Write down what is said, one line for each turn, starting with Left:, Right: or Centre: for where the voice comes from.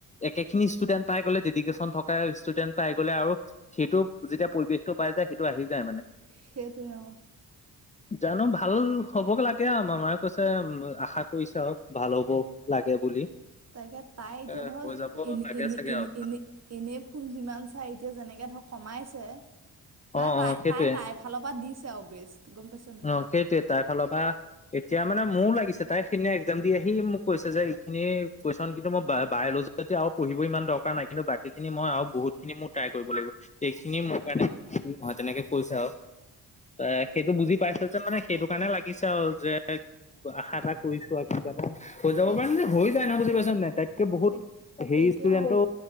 Left: একে খিনি ষ্টুডেণ্ট পাই গলে ডেডিকেশচন থকা ষ্টুডেণ্ট পাই গলে আৰু সেইটো যেতিয়া পৰিৱেশটো পাই। সেইটো আহি যায় মানে
Right: সেইটোৱে অ।
Left: জানো ভাল হ'ব গে লাগে আৰু মামাই কৈছে আশা কৰিছে আৰু ভাল হ'ব লাগে বুলি
Right: তাকে তাই এতিয়া
Left: এ
Right: ধৰ
Left: হৈ যাব
Right: এনে
Left: লাগে
Right: এনে
Left: চাগে
Right: এনে
Left: আৰু
Right: এনে এনে ফোন যিমান চাই এতিয়া যেনেকে ধৰক কমাইছে মানে
Left: অ
Right: তাই
Left: অ সেইটোৱে
Right: তাই তাইৰ ফালৰ পৰা দিছে আৰু বেছ গম পাইছ।
Left: অ
Right: নাই
Left: সেইটোৱে তাইৰ ফালৰ পা। এতিয়া মানে মোৰো লাগিছে তাইখিনি এক্সাম দি আহি মোক কৈছে যে এইখিনি কুৱেশ্যন কিন্তু মই বায়'লজিত আৰু পঢ়িব ইমান দৰকাৰ নাই কিন্তু বাকী খিনি মই আৰু বহুত খিনি মোৰ ট্ৰাই কৰিব লাগিব এইখিনি মোৰ কাৰণে মানে- নহয় তেনেকে কৈছে আৰু এ সেইটো বুজি পাইছে যে মানে সেইটো কাৰণেটো কাৰণে লাগিছে আও যে আশা এটা কৰিছো আৰু কিবা এটা হৈ যাব
Right: সেইটোৱে
Left: পাৰে মানে হৈ যায় নহ বুজি পাইছ নাই তাইতকে বহুত
Right: তাক
Left: সেই
Right: তাকে
Left: ষ্টুডেন্টটো
Right: অ